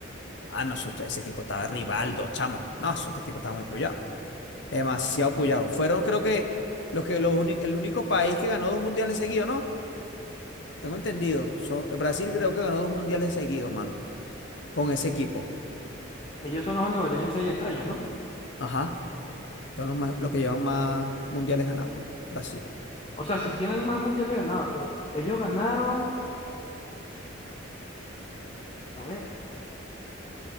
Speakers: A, on the left (about 60°); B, on the left (about 30°).
A: Ah, no, eso- ese equipo estaba Rivaldo, chamo. No, ese equipo estaba muy pullado. Demasiado pullado. Fueron, creo que, los que los uni- el único país que ganó dos mundiales seguidos, ¿no? Tengo entendido. Son- Brasil creo que ganó dos mundiales seguidos, mano. Con ese equipo.
B: Ellos son los únicos que tienen seis estrellas, ¿no?
A: Ajá. Son los, más- los que llevan más mundiales ganados. Brasil.
B: O sea, si tienen más mundiales ganados, pero ellos ganaron, a ver,